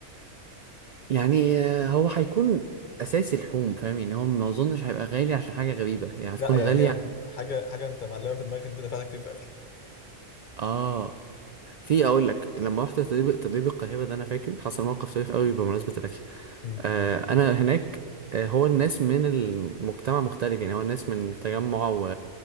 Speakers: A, on the right (about 80°); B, on the left (about 50°).
A: يعني آه، هو هيكون اساسي لحوم فاهم يعني هو ما اظنش هيبقى غالي عشان حاجة غريبة يعني هتكون
B: لا يعني
A: غالية
B: هي حاجه حاجه انت معلمه في دماغك انت دفعت كتير في اكل
A: اه في اقول لك لما رحت تدريب تدريب القاهره ده انا فاكر حصل موقف طريف قوي بمناسبه الاكل
B: مم.
A: آه انا هناك آه هو الناس من المجتمع مختلف يعني هو الناس من التجمع و...